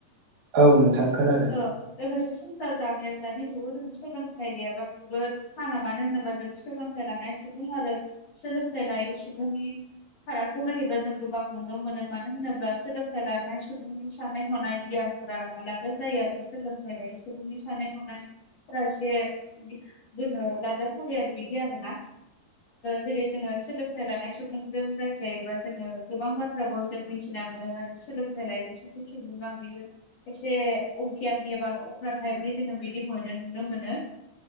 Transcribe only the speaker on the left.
औ लोगोसे संसार जानायाव दानि जुगाव जों सोलोंथाइ गैयाबाबो जोबोद खाना मानो होनोबा जों सोलोंथाइ लानाय सुबुं आरो सोलोंथाय लायै सुबुंनि‌ फारागखौ नायोब्ला जों गोबां नुनो मोनो मानो होनोब्ला सोलोंथाइ लानाय सुबुंनि सानाय हनाय गियान फोरा आलादा जायो आरो सोलोंथाइ लायो सुबुंनि साननाय हनायफोरा एसे। जोङो लाजाथावबाय आरो बिदि आरोना जेरै जोङो सोलोंथाइ लानाय सुबुं जों रायज्लायोबा जोङो गोबां बाथ्राबाव जों मिथिना मोनो आरो सोलोंथाइ लायो सासे सुबुङा बे एसे अगियानि एबा अख्रा टाइपनि जोङो बिदि मोनो नुनो मोनो।